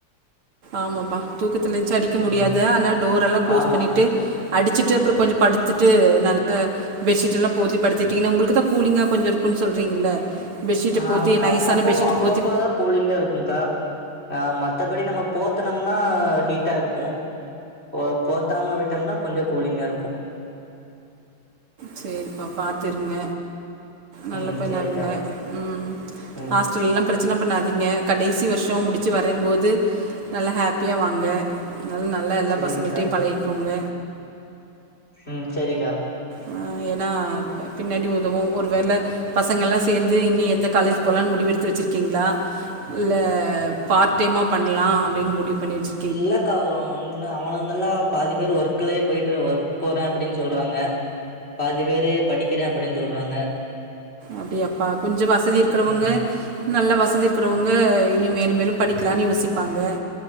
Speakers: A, on the right (about 80°); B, on the left (about 30°).
A: ஆமாப்பா தூக்கத்துல எந்த்ருச்சு அடிக்க முடியாது
B: ம்
A: ஆனா டோர் எல்லா குளோஸ்
B: ஆமா
A: பண்ணிட்டு அடிச்சிட்டு அப்றோ கொஞ்சோ படுத்துட்டு நல்ல பெட்ஷீட்டெல்லா போத்தி படுத்துட்டிங்கன்னா உங்களுக்கு தா கூலிங்கா கொஞ்சோ இருக்குன்னு சொல்றீங்கல்ல பெட்ஷீட்ட
B: ஆ
A: போத்தி
B: கா
A: நைஸான
B: அப்பப்போ
A: பெட்ஷீட்ட
B: அப்பப்ப
A: போத்தி
B: தா கூலிங்கா இருக்கும்க்கா ஆ மத்தபடி நம்ம போத்துனோம்னா ஹீட்டா இருக்கு ஓ போத்தாம விட்டோம்னா கொஞ்சோ கூலிங்கா இருக்கு
A: சேரிப்பா பாத்து இருங்க நல்ல
B: ம்
A: பையனா
B: சேரிக்கா
A: இருங்க ம்
B: ம்
A: ஹாஸ்டல்லலா பிரச்சன பண்ணாதீங்க கடைசி வருஷொ முடிச்சு வரேம் போது நல்லா ஹாப்பியாக வாங்க அதனால நல்லா எல்லா
B: சேரிக்கா
A: பசங்கள்ட்டையு பழகிக்கோங்க
B: ம் சேரிக்கா
A: ஆ ஏன்னா பின்னாடி உதவு ஒரு வேள பசங்க எல்லா சேந்து இனி எந்த காலேஜ் போலானு முடிவெடுத்து வச்சுருக்கீங்களா ல்ல பார்ட் டைமா பண்ணலா அப்டீன்னு முடிவு பண்ணி வச்சு
B: இல்லக்கா <unintelligible> ஓ ஒண்ணு அவனுங்கெல்லா பாதி பேர் ஒர்க்லயே போயிட்டு ஒர்க் போற அப்டீன்னு சொல்றாங்க பாதி பேர் து படிக்குற அப்டீன்னு சொல்றாங்க
A: அப்டியாப்பா கொஞ்சோ வசதி இருக்குறவுங்க
B: ம்
A: நல்லா வசதி இருக்கறவங்க இனி மேலும் மேலும் படிக்கலான்னு யோசிப்பாங்க